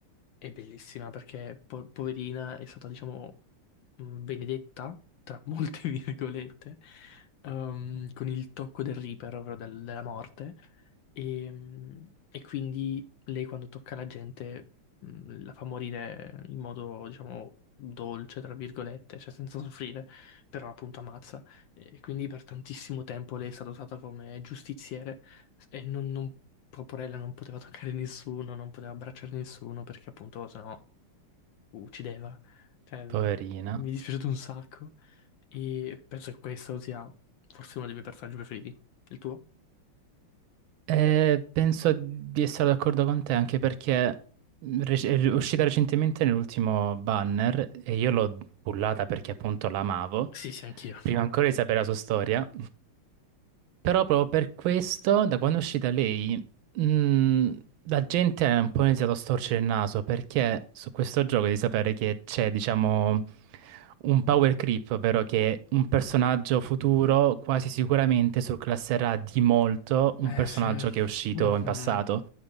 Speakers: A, on the left; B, on the right.
A: è bellissima perché po- poverina è stata diciamo mh, benedetta, tra molte <laughs> virgolette, ehm, con il tocco del Reaper, ovvero del- della morte. E, mm, e quindi lei quando tocca la gente mm, la fa morire in modo, diciamo, dolce, tra virgolette, cioè senza <laughs> soffrire, però appunto ammazza. E quindi per tantissimo tempo lei è stata usata come giustiziere e non, non, Proporella non poteva toccare nessuno, non poteva abbracciare nessuno perché appunto sennò uccideva. Cioè, mi
B: poverina.
A: è dispiaciuto un sacco e penso che questo sia forse uno dei miei personaggi preferiti. Il tuo?
B: Eh, penso di essere d'accordo con te, anche perché mm, rec- è uscita recentemente nell'ultimo banner e io l'ho pullata perché appunto l'amavo.
A: Sì, sì, anch'io.
B: prima ancora di sapere la sua storia. Però proprio per questo, da quando è uscita lei, mh, la gente ha un po' iniziato a storcere il naso perché su questo gioco di sapere che c'è, diciamo, un power creep, ovvero che un personaggio futuro quasi sicuramente surclasserà di molto un
A: Beh,
B: personaggio
A: sì.
B: che è uscito
A: Mhm.
B: in passato.